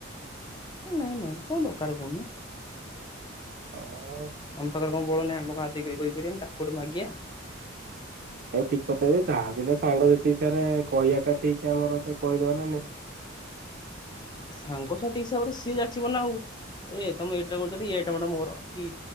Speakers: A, on the left; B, on the right.
A: ନାଇଁ ନାଇଁ କୋଉ ଦରକାର କହୁନ?
B: ହଁ।
A: ଆମ ପାଖରେ କଣଳ ନାହି ଆମକୁ ଆଦି କରିପାରିବନି ତାକୁ କୋଟୁ ମାଗିିବା?
B: ଏଇଟାଉ ଠିକ କଥା ଯେ ଯାହା ବଲେ ସାଙ୍ଗସଥି ସରେ କହିବାଟା ଠିକ ଆମର ତେ କହିଦବ ନା ନାଇଁ।
A: ସାଙ୍ଗସାଥି ହିସାବରେ ସିଏ ଯାଚିବ ନା ଆଉ ଏଇ ତମେ ଏଇଟା କରୁଛଥିଲ ଏଇ ଆଇଟମ ଟା ମୋର କି